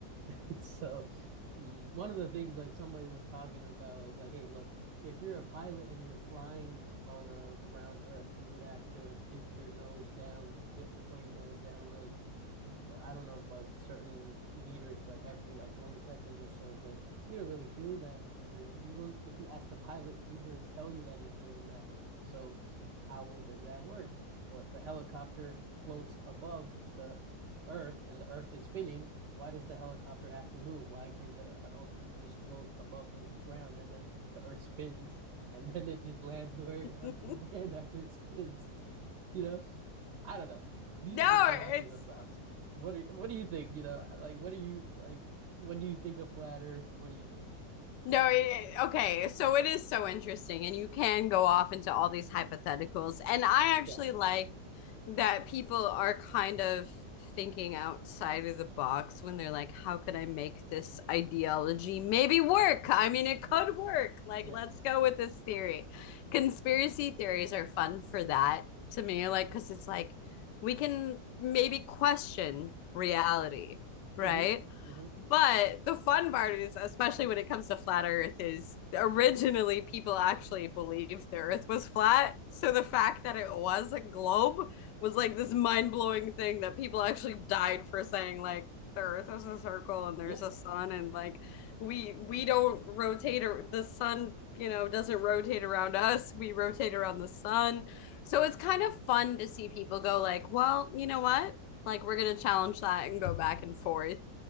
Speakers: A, on the right; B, on the left.
A: <laughs> So, mm, one of the things like somebody was talking about is like, hey, look, if you're a pilot and you're flying on a around Earth, you would have to dip your nose down, to dip the plane nose down, like b- I don't know about certain meters, but every like 20 seconds or so. But you don't really feel that, or you, you won't. If you ask a pilot, he wouldn't tell you that he's doing that. So, how does that work? Or if a helicopter floats above the Earth and the Earth is spinning why does the helicopter have to move? Why can't the helicopter just float above the ground and then the earth spins <laughs> and then it just lands where
B: <laughs>
A: it wants to land <laughs> after it spins? You know? I don't know. These
B: no,
A: are just logical
B: it's
A: thoughts. What are what do you think? You know, like what do you like when you think of flat earth, what do you think?
B: No, it, okay. So it is so interesting, and you can go off into all these hypotheticals. And I actually
A: Yeah.
B: like that people are kind of thinking outside of the box when they're like, how could I make this ideology maybe work? I mean, it could
A: Yeah.
B: work. Like,
A: Yeah.
B: let's go with this theory. Conspiracy theories are fun for that to me, like, because it's like we can maybe question reality, right?
A: Mm-hmm. Mm-hmm.
B: But the fun part is, especially when it comes to flat Earth, is originally people actually believed the Earth was flat. So the fact that it was a globe was like this mind blowing thing that people actually died for saying, like, the Earth is a circle and there's
A: Yeah.
B: a sun, and like we we don't rotate or the sun, you know, doesn't rotate around us. We rotate around the sun. So it's kind of fun to see people go like, well, you know what? Like we're gonna challenge that and go back and forth